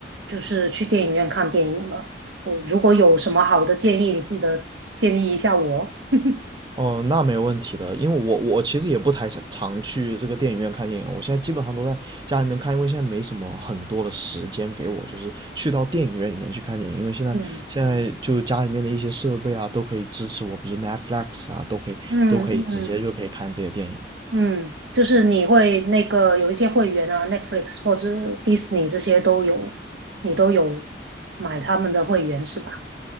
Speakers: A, on the right; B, on the right.
A: 就是去电影院看电影了。我如果有什么好的建议，你记得建议一下我哦。<laughs>
B: 哦，那没问题的，因为我我其实也不太常去这个电影院看电影了我现在基本上都在家里面看，因为现在没什么很多的时间给我，就是去到电影院里面去看电影，因为现在现在就家里面的一些设备啊都可以支持我，
A: 嗯
B: 比如说 Netflix 啊都可以都可以直接就可以看这些电影。
A: 嗯嗯嗯，就是你会那个有一些会员啊，Netflix 或者迪士尼这些都有，你都有买他们的会员是吧？